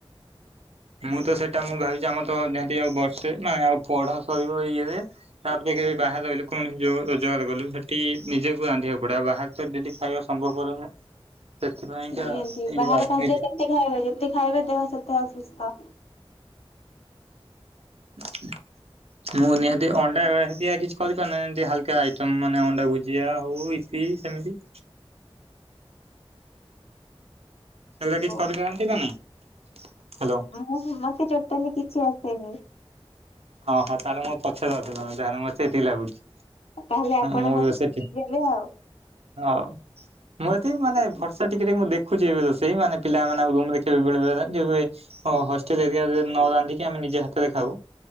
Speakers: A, on the right; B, on the left.
A: ମୁଁ ତ ସେଇଟା ମୁଁ ଭାବିଛି ଆମର ତ ନିହାତି ଆଉ ବର୍ଷେ ନାଁ ଆଉ ପଢା ସରିବ ଇଏରେ। ତାପରେ ଦେଖିବି ବାହାରେ ରହିଲୁ କଣ ଯୋଉ ରୋଜାର ଗଲୁ ସେଠି ନିଜକୁ ରାନ୍ଧିବାକୁ ପଡିବ ବାହା ଯଦିଟି ଖାଇବା ସମ୍ଭବପର ନୁହ ସେଥିପାଇଁକା
B: ନିହାତି
A: ଇଏ
B: ବାହାର
A: ଆଉ ନୁହେକି।
B: ଖାଦ୍ୟ କେତେ ଖାଇବେ ଯେତେ ଖାଇବେ ଦେହ ସେତେ ଅସୁସ୍ଥ।
A: <inaudible> ମୁଁ ନିହାତି ଅଣ୍ଡାତିଆ କିଛି କରିପାରୁନାଁହାତୀ ଏମତି ହାଲକା ଆଇଟମ୍ ମାନେ ଅଣ୍ଡା ଭୁଜିଆ ହଉ ଇ କି ସେମିତି। ସେଉଗା
B: ହବ।
A: କିଛି କରିପାରନ୍ତି ନା ନାଇଁ। ହ୍ୟାଲୋ
B: ମୁ ମତେ ଟୋଟାଲି କିଛି ଆସେନି।
A: ହଁ ହଁ ତାହେଲେ ମୋ ପଛରେ ଅଛ ତମେ ତାହେଲେ ମତ ସେଠକି ଲାଗୁଛି।
B: ତାହେଲେ ଆପଣ
A: ମୁଁ
B: ମତେ
A: ସେଠି
B: ଶିଖିଦେବେ ଆଉ।
A: ହଉ। ମୁଁ ଏତେ ବି ମାନେ ଭର୍ଷା ଟିକେ ଟିକେ ମୁଁ ଦେଖୁଛି ଏବେ ରୋସେଇ ମାନେ ପିଲାମାନେ ରୁମଖବେ ବେଳେବେଳେ ଯେବେ ହଁ ହଷ୍ଟେଲ ଏରିଆରେ ନ ରାନ୍ଧିକି ଆମେ ନିଜେ ହାତରେ ଖାଉ।